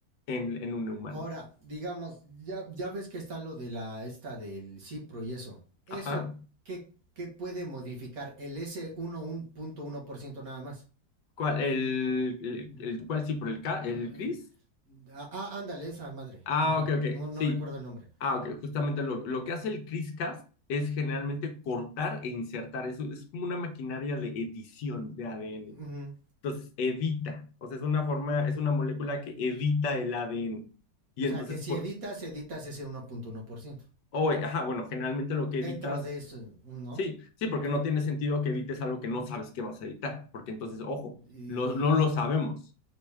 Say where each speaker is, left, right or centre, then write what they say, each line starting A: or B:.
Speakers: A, on the left (about 70°); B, on the right (about 55°).
A: en, en un humano.
B: Ahora, digamos, ya, ya ves que está lo de la esta del Cipro y eso. ¿Eso
A: Ajá.
B: qué, qué puede modificar? El s uno por ciento nada más.
A: ¿Cuál, el, el,
B: Mm,
A: el- cuál sí, por el, Ca- el
B: eh,
A: CRISPR?
B: Ah, ah, ándale, esa madre,
A: Ah,
B: no sé,
A: ok, ok.
B: no, no
A: Sí.
B: recuerdo el nombre.
A: Ah, ok. Justamente lo, lo que hace el CRISPR-Cas es generalmente cortar e insertar. Eso es como una maquinaria de edición de ADN.
B: Ujú.
A: Entonces evita, o sea, es una forma, es una molécula que evita el ADN. Y
B: O sea,
A: entonces,
B: que si
A: pues,
B: editas, editas ese uno uno punto uno por ciento
A: o, ajá, bueno, generalmente lo que evitas,
B: Dentro de eso, ¿no?
A: sí, sí, porque no tiene sentido que evites algo que no sabes que vas a editar, porque entonces, ojo,
B: Y,
A: lo-
B: y-
A: no lo sabemos.